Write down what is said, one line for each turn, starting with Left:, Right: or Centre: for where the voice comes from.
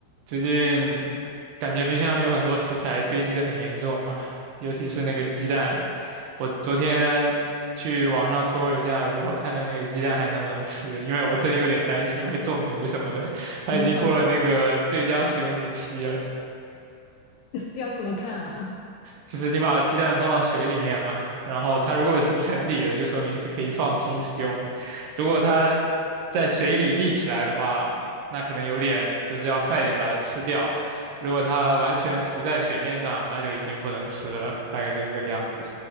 Right: 最近感觉冰箱里有很多食材堆积的很严重嘛，尤其是那个鸡蛋。我昨天去网上搜了一下如何判断那个鸡蛋还能不能吃，因为我真有点担心会中毒什么的。它已经过了那个最佳使用日期了。
Left: 怎么判断？要怎么看啊？
Right: 就是你把鸡蛋放到水里面嘛，然后它如果是沉底的，就说明是可以放心食用的；如果它在水里立起来的话，那可能有点就是要快点把它吃掉；如果它完全浮在水面上，那就已经不能吃了，大概就是这个样子。